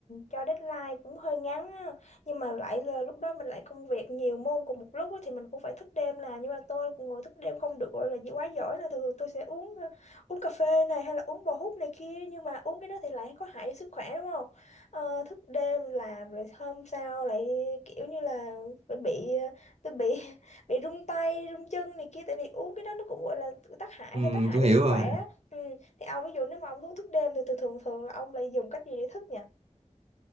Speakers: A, on the left (about 65°); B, on the right (about 55°).
A: cho deadline cũng hơi ngắn á, nhưng mà lại là lúc đó mình lại công việc nhiều môn cùng một lúc á, thì mình cũng phải thức đêm làm, nhưng mà tôi cũng ngồi thức đêm không được gọi là gì quá giỏi là thường thường tôi sẽ uống ờ, uống cà phê này hay là uống bò hút này kia, nhưng mà uống cái đó thì lại có hại cho sức khỏe đúng không? Ờ, thức đêm làm rồi hôm sau lại kiểu như là bị bị ờ, tôi bị <laughs> bị run tay, run chân này kia tại vì uống cái đó nó cũng gọi là tác hại
B: Ừm,
A: hay tác hại
B: tôi
A: cho
B: hiểu
A: sức
B: rồi
A: khỏe Ừ. Thì ông ví dụ nếu mà ông uống thuốc đêm thì thường thường thường là ông lại dùng cách gì để thức nhỉ?